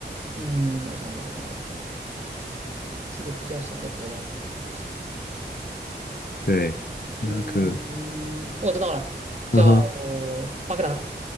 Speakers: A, on the right; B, on the left.
A: 嗯，我想一想，我想一想，我想一想，这个比较小的国家，我得好好想一想。
B: 对，伊拉克，
A: 嗯嗯，我知道了，叫
B: 嗯哼，
A: 巴格达。